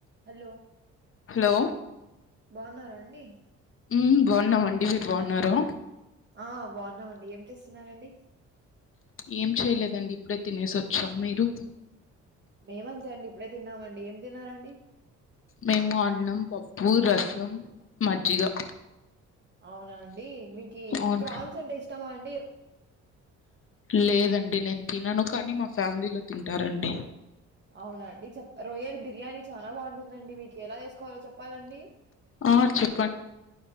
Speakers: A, on the right; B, on the left.
A: Hello
B: hello
A: బాగున్నారా అండి
B: మ్ బాగున్నమండి మీరు బాగున్నారా
A: ఆ బాగున్నామండి ఏం చేస్తున్నారండి
B: ఏం చేయలేదండి ఇప్పుడే తినేసి వచ్చాం మీరు
A: మేమంతే అండి ఇప్పుడే తిన్నామండి ఏం తిన్నారండి
B: మేము అన్నం, పప్పు, రసం, మజ్జిగా
A: అవునా అండి మీకి
B: అవును
A: ప్రాన్స్ అంటే ఇష్టమా అండ్
B: లేదండి నేను తినను కానీ మా ఫ్యామిలీలో తింటారండి
A: అవునండి చెప్ రొయ్యల్ బిర్యానీ చానా బాగుంటుందండి మీకు ఎలా చేసుకోవాలో చెప్పాలండి
B: ఆ చెప్